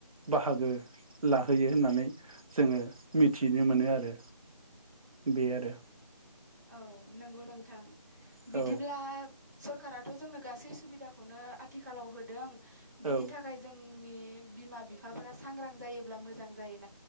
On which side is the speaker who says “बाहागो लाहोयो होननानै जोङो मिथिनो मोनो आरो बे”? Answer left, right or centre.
Right